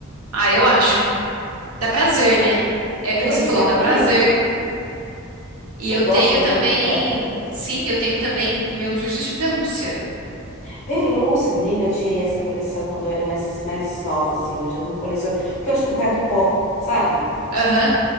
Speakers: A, on the right (about 80°); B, on the left (about 35°).
A: Ah, eu acho. Dá prazer, né? É
B: É,
A: o que você
B: Exatamente.
A: falou, dá prazer. E
B: Você
A: eu
B: gosta,
A: tenho
B: né?
A: também,
B: Ah.
A: sim, eu tenho também meus ursos de pelúcia.
B: Pelúcia, menina, eu tinha aí essa coleção quando eu era mais, mais nova, assim. Hoje eu não coleciono. Porque eu acho que é por causa do pó, sabe?
A: Aham.